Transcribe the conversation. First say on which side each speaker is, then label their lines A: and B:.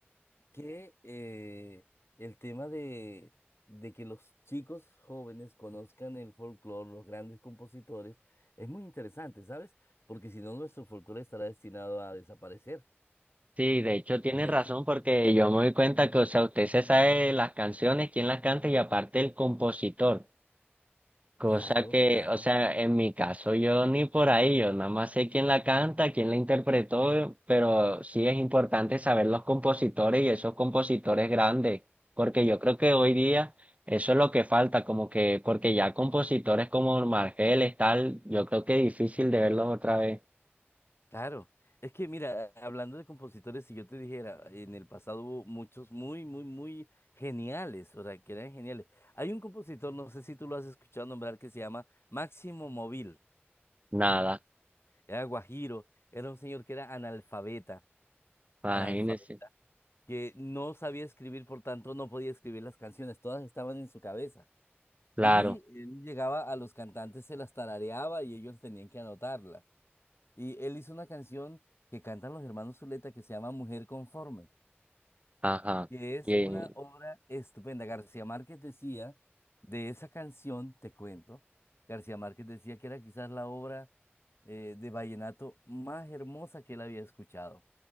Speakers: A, on the left; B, on the right.
A: que eh, el tema de, de que los chicos jóvenes conozcan el folclore, los grandes compositores, es muy interesante, ¿sabes? Porque si no, nuestro folclore estará destinado a desaparecer.
B: Sí, de hecho tiene
A: Imagínate.
B: razón porque yo me doy cuenta que, o sea, usted se sabe las canciones, quién las canta y aparte el compositor. Cosa
A: Claro,
B: que,
A: claro.
B: o sea, en mi caso yo ni por ahí, yo nada más sé quién la canta, quién la interpretó, pero sí es importante saber los compositores y esos compositores grandes, porque yo creo que hoy día eso es lo que falta, como que, porque ya compositores como Margeles, tal, yo creo que es difícil de verlos otra vez.
A: Claro, es que mira, hablando de compositores, si yo te dijera, en el pasado hubo muchos muy, muy, muy geniales, o sea, que eran geniales. Hay un compositor, no sé si tú lo has escuchado nombrar, que se llama Máximo Móvil,
B: Nada,
A: era guajiro, era un señor que era analfabeta,
B: imagínense,
A: analfabeta, que no sabía escribir, por tanto no podía escribir las canciones, todas estaban en su cabeza.
B: claro,
A: Y él llegaba a los cantantes, se las tarareaba y ellos tenían que anotarla. Y él hizo una canción que cantan los hermanos Zuleta que se llama Mujer Conforme,
B: ajá.
A: que es
B: y
A: una obra estupenda. García Márquez decía, de esa canción, te cuento, García Márquez decía que era quizás la obra eh, de vallenato más hermosa que él había escuchado.